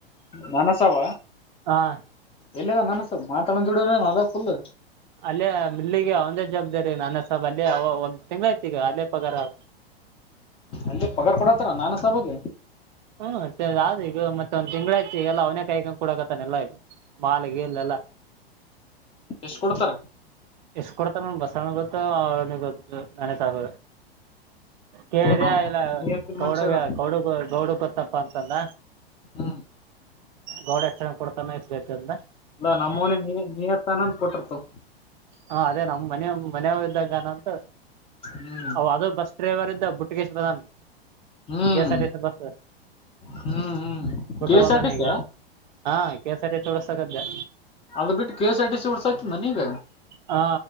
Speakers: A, on the left (about 20°); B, on the right (about 50°).
A: ನನಸಾಬ
B: ಹಾ
A: ಎಲ್ಲಿದನ್ ನಾನಸಾಬ್ ಮಾತಾಡ ಜೋಡ್ <unintelligible> ಫುಲ್
B: ಅಲ್ಲೇ ಮಿಲ್ಲಿಗೆ ಅವಂದೇ ಜವಾಬ್ದಾರಿ ನಾನಸಬ್ ಅಲ್ಲಿ ಒಂದ್ ತಿಂಗ್ಳ್ ಈಗ ಅಲ್ಲೇ ಪಗಾರ
A: ಅಲ್ಲೆ ಪಗಾರ್ ಕೊಡತ್ತಾರ ನಾನಸಬಗ.
B: ಹ್ಮ ಆದ್ರ ಈಗ ಮತ್ತೆ ಒಂದ್ ತಿಂಗಳಾಯ್ತು ಎಲ್ಲಾ ಅವನ ಕಾಯಿಕೊಂಡ್ ಕೂಡಕತ್ತಾನೆ ಎಲ್ಲ ಈಗ ಮಾಲಿಗೇಲ್ಲ.
A: ಎಷ್ಟ್ ಕೊಡ್ತಾರ.
B: ಎಷ್ಟ ಕೊಡ್ತಾರ ಬಸ್ಸಣ ಗೊತ್ತು ಅವನಿಗೆ ಗೊತ್ತು ನನಸಾಬಗ. ಕೇಳಿದ್ಯಾ
A: ನಮ್
B: ಇಲ್ಲ
A: ನಿಯತ್ತಿನ
B: ಗೌಡುಗ
A: ಮನುಷ್ಯ ಅದ
B: ಗೌಡು ಗೌಡು ಗೊತ್ತಪ್ಪ ಅಂತಂದ.
A: ಹ್ಮ
B: ಗೌಡ ಎಕ್ಷಣ ಕೊಡ್ತಾನೆ ಇಷ್ಟೆ ಚಂದ
A: ಇಲ್ಲ ನಮ್ಮನೆ ನಿಯತ್ತನಂದ ಕೊಟ್ಟಿರ್ತು- -
B: ಹಾ ಅದೇ ನಮ್ ಮನೆ ಮನೆವರ್ ಇದ್ದಾಗನ ಅಂತ
A: ಹ್ಮ್
B: ಅವ ಅದ ಬಸ್- - ಡ್ರೈವರ್ ಇದ್ದ ಬುಟ್ಗೇಶ್ ಬದಾನ್ -
A: ಹ್ಮ್
B: ಕೆ ಸ ರ್ ಟಿಸಿ ಬಸ್ಸು
A: ಹ್ಮ್ ಹ್ಮ್
B: ಬುಟ್ಟು
A: ಕೆ ಎಸ್
B: ಬಂದಾನ್
A: ಆರ್ ಟಿ ಸಿ
B: ಇಗ. ಹಾ ಕೆ ಸಾರ್ ಟಿ ಸಿ ಓಡ್ಸ ಕಂತೆ
A: ಅದು ಬಿಟ್ಟು K S R T C ಒಡ್ಸತನೀಗ.
B: ಹಾ